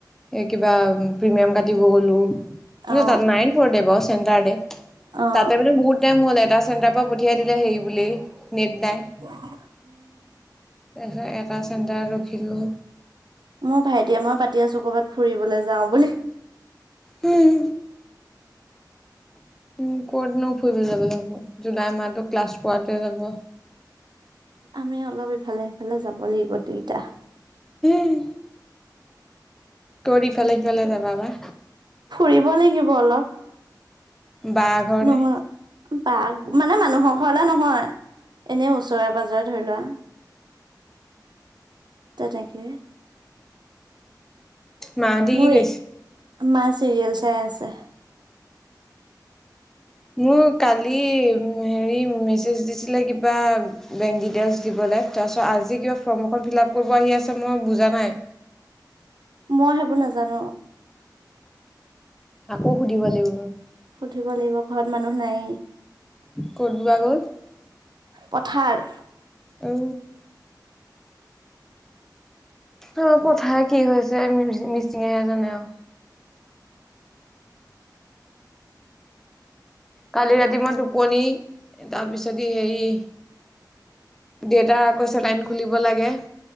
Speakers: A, in the centre; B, on the right.
A: এই কিবা প্ৰিমিয়াম কাটিব গ'লোঁ। এনেই
B: অ
A: তাত নাইন ফৰ <unintelligible> চেণ্টাৰতে
B: অ
A: তাতে মানে বহুত টাইম হ'ল এটা চেণ্টাৰ পৰা পঠিয়াই দিলে সেৰি বুলি নেট নাই।
B: উমঁ।
A: তাৰপিছত এটা চেণ্টাৰ ৰখিলোঁ।
B: মোৰ ভাইটিয়ে মই পাতি আছো ক'ৰবাত ফুৰিবলৈ যাওঁ বুলি।
A: হুম। উমঁ' ক'তনো ফুৰিবলৈ যাবলৈ হ'ব, জুলাই মাহটো ক্লাছ কৰাৱাটে যাব।
B: আমি অলপ ইফালে সিফালে যাব লাগিব দুইটা।
A: উম। কৰি ইফাল সিফাল যাবা বা।
B: ফুৰিব লাগিব অলপ,
A: বা ঘৰ
B: নহয়।
A: নে
B: বাঘ মানে মানুহৰ ঘৰলে নহয়। এনেই ওচৰে পাজৰে ধৰি লোৱা। তেনেকে।
A: মাহঁতি
B: মোৰ,
A: কি কৰিছে
B: মা চিৰিয়েল চাই আছে।
A: মোক কালি হেৰি মেছেজ দিছিলে কিবা বেংক ডিটেইলছ দিবলৈ। তাৰপিছত আজি কিবা ফৰ্ম এখন ফিল আপ কৰিব আহি আছে মই বুজা নাই।
B: মই সেইবোৰ নাজানো।
A: আকৌ সুধিব লাগিব।
B: সুধিব লাগিব ঘৰত মানুহ নায়েই।
A: ক'ত বা গ'ল?
B: পথাৰ।
A: অঁ। অঁ' কথা কি হৈছে মিচিঙেহে জানে আৰু। কালি ৰাতি মই টোপনি তাৰপিছত ই হেৰি দেতাৰ আকৌ চেলাইন খুলিব লাগে।